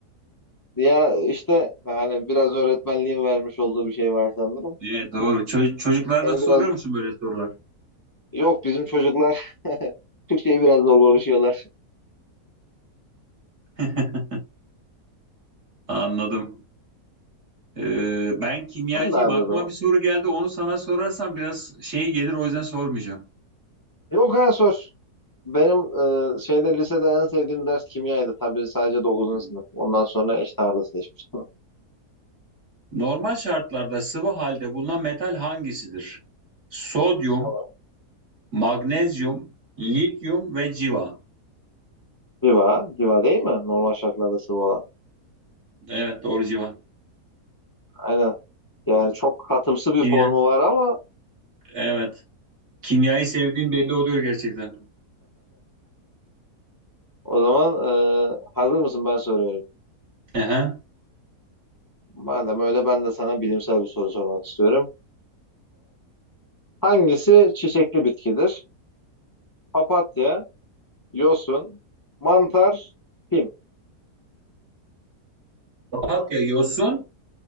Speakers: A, on the left; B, on the right.
A: Ya işte hani biraz öğretmenliğin vermiş olduğu bir şey var sanırım.
B: Evet, doğru. Ço- çocuklara
A: Yani
B: da soruyor
A: biraz
B: musun böyle sorular?
A: yok bizim çocuklar <laughs> Türkçe'yi biraz zor konuşuyorlar.
B: <laughs> Anladım. Ee, ben kimyacıyım.
A: Sen de abi
B: Aklıma
A: o zaman.
B: bir soru geldi. Onu sana sorarsam biraz şey gelir. O yüzden sormayacağım.
A: Yok ya sor. Benim e, şeyde lisede en sevdiğim ders kimyaydı. Tabii sadece dokuzuncu
B: Hmm.
A: sınıf. Ondan sonra eş ağırlığı seçmiştim.
B: Normal şartlarda sıvı halde bulunan metal hangisidir? Sodyum,
A: <laughs> Tamam.
B: Magnezyum, lityum ve civa.
A: Civa, Civa değil mi? Normal şartlarda sıvı olan.
B: Evet doğru civa.
A: Aynen. Yani çok katımsı bir
B: Kimya,
A: formu var ama
B: evet. Kimyayı sevdiğim belli oluyor gerçekten.
A: o zaman e, hazır mısın ben soruyorum.
B: Aha.
A: Madem öyle ben de sana bilimsel bir soru sormak istiyorum. Hangisi çiçekli bitkidir? Papatya, yosun, mantar, pim.
B: Papatya, yosun,